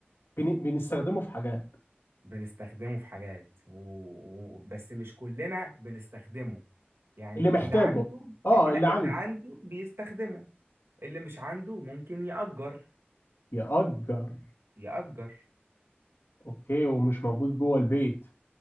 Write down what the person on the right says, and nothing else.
بنستخدمه في حاجات و... و... بس مش كلنا بنستخدمه يعني
اللي عنده
لا
اللي عنده بيستخدمه اللي مش عنده ممكن يأجر
يأجر